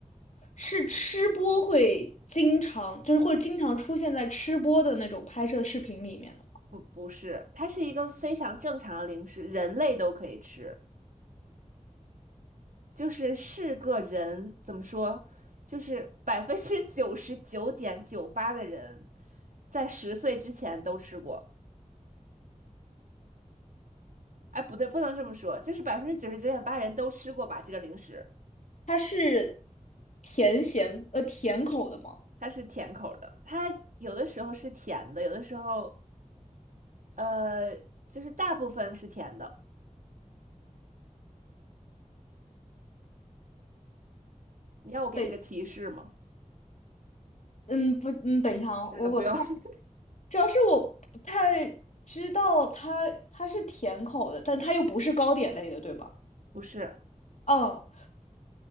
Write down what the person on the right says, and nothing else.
不不是，它是一个非常正常的零食，人类都可以吃，就是是个人怎么说，就是百分之九十九点九八的人在十岁之前都吃过，哎，不对，不能这么说，就是百分之九十九点八人都吃过吧，这个零食。
它是甜口儿的，它有的时候是甜的，有的时候，呃，就是大部分是甜的。你要我给你个提示吗？
啊，不用，<laughs>
不是，